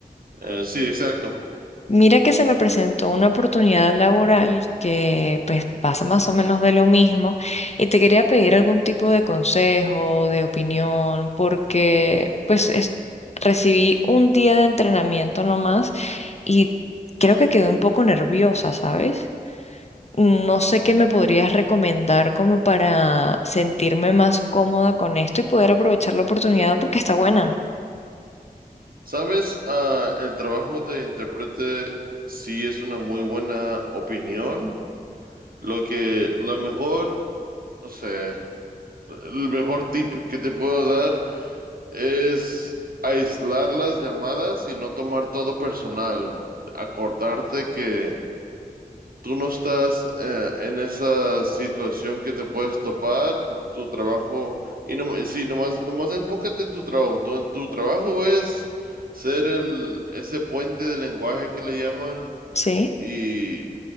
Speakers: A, on the right (about 70°); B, on the left (about 45°).
A: Eh, sí, exacto.
B: Mira que se me presentó una oportunidad laboral que pues pasa más o menos de lo mismo y te quería pedir algún tipo de consejo, de opinión, porque pues es- recibí un día de entrenamiento nomás y creo que quedé un poco nerviosa, ¿sabes? No sé qué me podrías recomendar como para sentirme más cómoda con esto y poder aprovechar la oportunidad porque está buena,
A: Sabes, Ah, el trabajo de intérprete sí es una muy buena opinión. Lo que, la mejor, no sé, el mejor tip que te puedo dar es aislar las llamadas y no tomar todo personal. Acordarte que tú no estás eh, en esa situación que te puedes topar, tu trabajo, y no, sí, nomás, nomás enfócate en tu trabajo. Tu, tu trabajo es ser el, ese puente de lenguaje que le llaman
B: ¿sí?
A: y